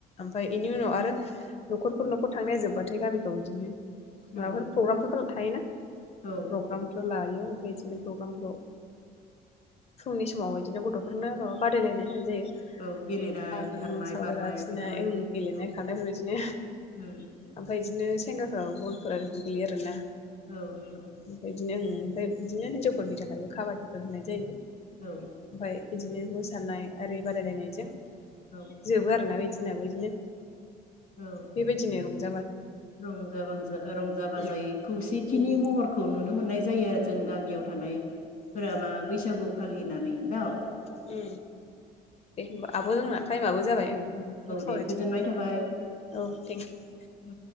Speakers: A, on the left (about 40°); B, on the left (about 55°).
A: आमफाय बेनि उनाव आरो न'खरफोर न'खर थांनाया जोब्बाथाय गामिफ्राव बिदिनो
B: नंगौ
A: माबाफोर प्रग्राम हायोना-
B: औ
A: प्रग्रामफोर लायो ओमफ्राय बिदिनो प्रग्रामफ्राव फुंनि समाव बिदिनो गथ'फोरनो माबा बादायलायनाय होनाय जायो
B: औ गेलेनाय खारनाय
A: सावगरि
B: बारनाय
A: आखिनाय
B: बेफोरबायदि
A: गेलेनाय
B: औ
A: खारनायफोरबायदिनो
B: उम
A: ओमफ्राय बिदिनो सेंग्राफ्राबो बलफोर बेफोर गेलेयो आरोना
B: औ नंगौ।
A: ओमफ्राय बिदिनो ओमफ्राय बिदिनो हिनजावफोरनि थाखायबो खाबादिफोर होनाय जायो।
B: औ
A: ओमफ्राय बिदिनो मोसानाय आरि बादायलायनाय जों
B: औ
A: जोबो आरोना बिदि जोंनाबो बिदिनो
B: औ
A: बेबायदिनो औ
B: रंजा बाजा रंजा बाजायै
A: उम
B: खौसेथिनि
A: उम
B: महरखौ नुनो मोननाय जायो आरो जों गामियाव थानाय फोराबा
A: उम
B: बैसागु फालिनानै ना?
A: उम दे होनबा आब' जोंना टाइमआबो जाबाय। औ दा सावरायनौसै
B: दे गोजोननाय थाबाय।
A: औ थेंक इउ।
B: औ